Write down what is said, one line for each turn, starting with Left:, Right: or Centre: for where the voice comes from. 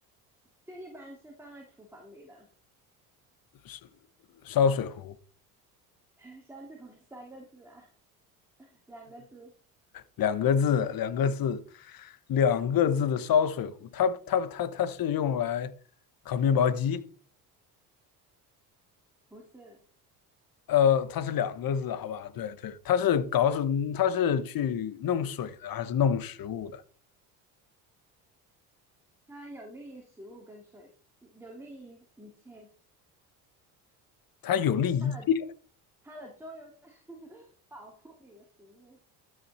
Centre: 就一般是放在厨房里的，
Left: 是烧水壶，
Centre: <laughs> 烧水壶三个字啊，两个字，
Left: 两个字，两个字，两个字的烧水壶。它它它它是用来烤面包机。
Centre: 不是，
Left: 呃，它是两个字，好吧？对对，它是搞什它是去弄水的，还是弄食物的？
Centre: 它有利于食物跟水，有利于一切，
Left: 它有利一切
Centre: 它的它的作用就是 <laughs> 保护你的食物，